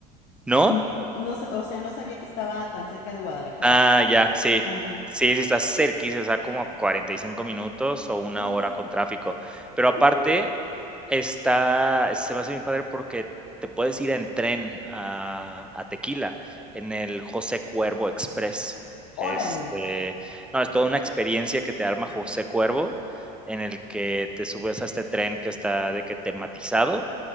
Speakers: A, in the centre; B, on the left.
A: ¿No?
B: No, no, sa- o sea, no sabía que estaba tan cerca de Guadalajara.
A: Ah, ya, sí.
B: Ajá.
A: Sí, sí, estás cerquísima, o sea, como a 45 minutos o una
B: Uf,
A: hora con tráfico. Pero aparte,
B: uh,
A: está se me hace bien padre porque te puedes ir en tren a a Tequila, en el José Cuervo Express. Este,
B: órale.
A: no, es toda una experiencia que te arma José Cuervo, en el que te subes a este tren que está de que tematizado